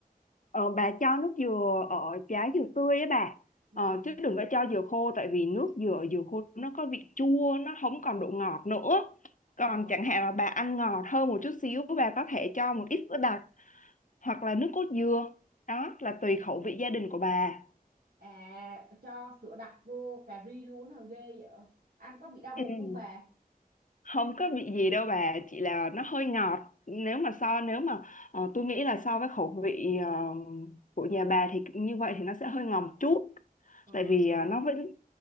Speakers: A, on the left; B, on the right.
A: ờ bà cho nước dừa ở trái dừa tươi ấy bà
B: Ừ
A: ờ, chứ đừng có cho dừa khô tại vì nước dừa dừa khô nó có vị chua nó không còn độ ngọt nữa
B: Ờ
A: còn chẳng hạn là bà ăn ngọt hơn một chút xíu bà có thể cho một ít sữa đặc hoặc là nước cốt dừa đó là tùy khẩu vị gia đình của bà
B: À cho sữa đặc vô cà ri luôn hả ghê vậy Ăn có bị đau bụng
A: ừ.
B: không bà
A: không có bị gì đâu bà chỉ là nó hơi ngọt nếu mà so nếu mà ờ, tôi nghĩ là so với khẩu vị ờ, của nhà bà thì như vậy thì nó sẽ hơi ngọt một chút
B: Ờ
A: tại vì à, nó vẫn